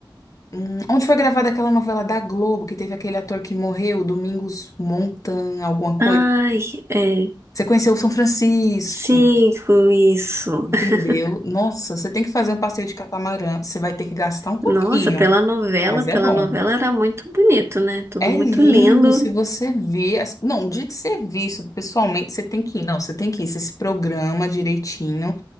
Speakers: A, on the left (about 40°); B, on the right (about 30°).
A: hum, onde foi gravada aquela novela da Globo, que teve aquele ator que morreu, Domingos Montan, alguma coisa.
B: Ai, é.
A: Você conheceu São Francisco,
B: Cinco, isso.
A: entendeu?
B: <laughs>
A: Nossa, você tem que fazer um passeio de catamarã. Você vai ter que gastar um pouquinho,
B: Nossa, pela novela,
A: mas
B: pela
A: é bom.
B: novela era muito bonito, né? Tudo
A: É
B: muito
A: lindo
B: lindo.
A: se você vê. as- Não, o dia que você vê isso pessoalmente, você tem que ir. Não, você tem que ir. Você se programa direitinho.